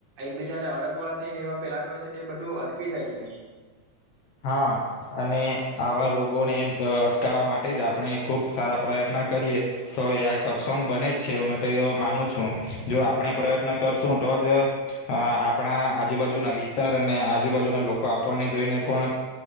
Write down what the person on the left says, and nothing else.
હા અને આવા રોગોને અટકાવવા માટે જ આપણે ખુબ સારા પ્રયત્ન કરીએ તો એ સક્ષમ બને જ છે હુંં તો એ માનું છું જો આપણે પ્રયત્ન કરશું તો જ અ આપણા આજુબાજુના વિસ્તાર અને આજુબાજુના લોકો આપણને જોઈને પણ